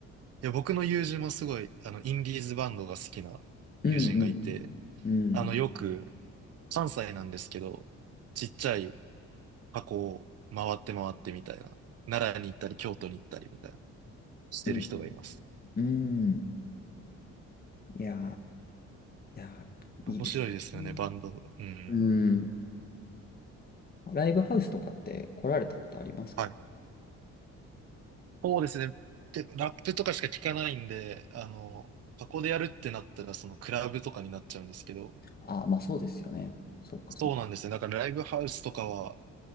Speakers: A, on the right; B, on the left.
A: や、僕の友人もすごい、あの、インディーズバンドが好きな友人がいて、
B: うんうん。うん
A: あの、よく、関西なんですけど、ちっちゃい箱を回って回ってみたいな、奈良に行ったり、京都に行ったりみたいな、してる人がいます。
B: いいです。うん。いやー、いやー、
A: 面白いですよね、
B: いいですようん、
A: バンド。うん。
B: うん。ライブハウスとかって来られたことありますか
A: はい。そうですね。で、ラップとかしか聞かないんで、あの、箱でやるってなったら、そのクラブとかになっちゃうんですけど、
B: ああまあそうですよね。そっかそっか。
A: そうなんですね。だからライブハウスとかは